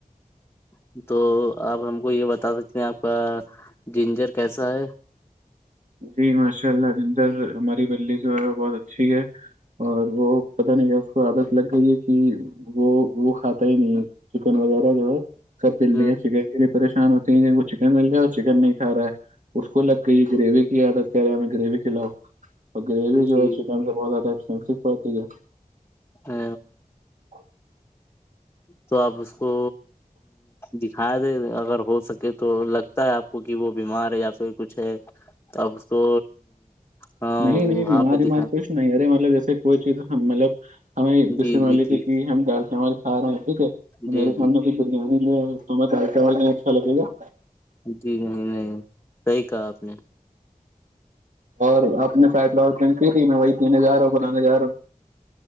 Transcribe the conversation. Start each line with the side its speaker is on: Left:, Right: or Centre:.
Left: السلام علیکم محترم بھائی جان آپ کو بھی مبارک ہو تو آپ ہم کو یہ بتا سکتے ہیں آپ کا جنجر کیسا ہے
Right: جی ماشاء اللہ ردر ہماری بلی جو ہے وہ بہت اچھی ہے اور وہ پتہ نہیں کیا اس کو عادت لگ گئی ہے کہ وہ وہ کھاتا ہی نہیں ہے چکن وغیرہ جو ہے سب بلیاں
Left: ہ
Right: چ پریشان ہوتی ہیں ج کو چکن مل جائے اور چکن نہیں کھ رہا ہے اس کو لگ گئی گریوی کیا تھا کہہ رہے ہمیں گریوی کھلاؤ اورے جو
Left: جی
Right: ہے سے بہت اد شمس پک کیا
Left: ہ
Right: السلام علیکم محترم بھائی جان آپ کو بھی مبارک
Left: تو آپ اس کو دکھا دیں اگر ہو سکے تو لگتا ہے آپ کو کہ وہ بیمار ہے یا پھر کچھ ہے تو آپ اس کو ہاں
Right: نہیں
Left: وہاں
Right: نہیں بیمار
Left: پہ دکھا
Right: ومار کچھ نہیں ارے مطلب جیسے کوئی چیز مطلب ہمیں جس
Left: جی
Right: سے مان
Left: جی
Right: لیج تھے
Left: جی
Right: کہ ہم دال چاول کھا رہے ہیں ٹھیک ہے
Left: جی
Right: میرے سامنے
Left: جی
Right: کوئی بریانی تمہیں دال چاول نہیں اچھا لگے گا
Left: جی نہیں نہیں صحیح کہا آپ نے
Right: اور اپ نے فائٹلہن کی تھی میں وہی پینے جا رہا ہوں بنانے جا رہا ہوں